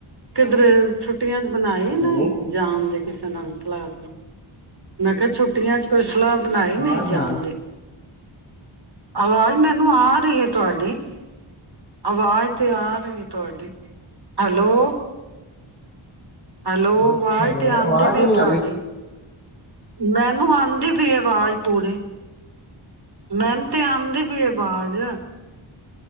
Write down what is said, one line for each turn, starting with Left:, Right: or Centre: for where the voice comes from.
Right: ਕਿਧਰੇ ਛੁੱਟੀਆਂ ਚ ਬਨਾਏ
Left: ਹੈਲੋ
Right: ਨਈ ਜਾਨ ਦੇ। ਕਿਸੇ ਨਾਲ ਸਲਾਹ ਸਲੂਹ, ਮੈ ਕਿਹਾ ਛੁੱਟੀਆਂ ਚ ਕੋਈ ਸਲਾਹ ਬਨਾਈ
Left: ਆਵਾਜ਼
Right: ਨਈ ਜਾਨ
Left: ਨਹੀਂ ਆ ਰਹੀ
Right: ਦੀ। ਆਵਾਜ਼ ਮੈਨੂੰ ਆ ਰਈ ਐ ਤੁਆਡੀ ਆਵਾਜ਼ ਤੇ ਆ ਰਈ ਐ ਤੁਹਾਡੀ। ਹੈਲੋ। ਹੈਲੋ
Left: ਬਹੁਤ
Right: ਆਵਾਜ਼
Left: ਹੈਲੋ
Right: ਤੇ ਆਂਦੀ
Left: ਆਵਾਜ਼
Right: ਪੀ
Left: ਹੀ
Right: ਏ
Left: ਨਹੀਂ
Right: ਤੁਆਡੀ
Left: ਆ ਰਹੀ
Right: ਮੈਨੂੰ ਆਂਦ <unintelligible> ਆਵਾਜ। ਪੂਰੇ ਮੈਨ ਤੇ ਆਂਦੀ ਪਈ ਆਵਾਜ਼।